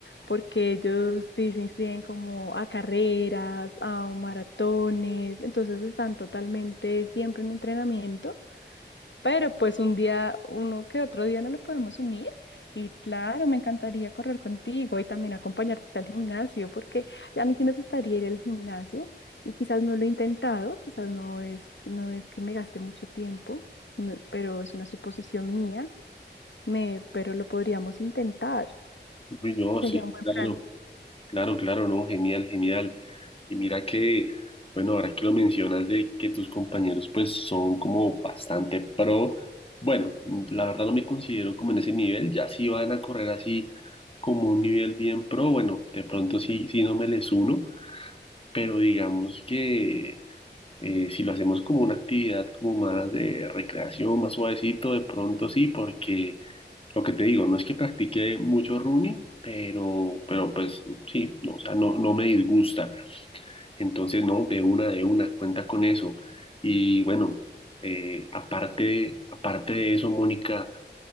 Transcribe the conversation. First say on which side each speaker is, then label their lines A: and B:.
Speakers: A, on the left (about 80°); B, on the left (about 30°).
A: porque ellos sí se inscriben como a carreras, a maratones, entonces están totalmente siempre en entrenamiento, pero pues un día, uno que otro día no lo podemos unir. Y claro, me encantaría correr contigo y también acompañarte al gimnasio, porque a mí sí me gustaría ir al gimnasio y quizás no lo he intentado, quizás no es, no es que me gaste mucho tiempo, no- pero es una suposición mía, me, pero lo podríamos intentar.
B: Uy, no,
A: Sería
B: sí,
A: un buen
B: claro.
A: plan.
B: Claro, claro, no, genial, genial. Y mira que, bueno, ahora que lo mencionas de que tus compañeros pues son como bastante pro, bueno, la verdad no me considero como en ese nivel, ya si van a correr así como un nivel bien pro, bueno, de pronto sí, sí no me les uno, pero digamos que eh, si lo hacemos como una actividad como más de recreación, más suavecito, de pronto sí, porque lo que te digo, no es que practique mucho running, pero, pero pues sí, no, o sea, no, no me disgusta. Entonces, no, de una, de una, cuenta con eso. Y bueno, eh, aparte, aparte de eso, Mónica.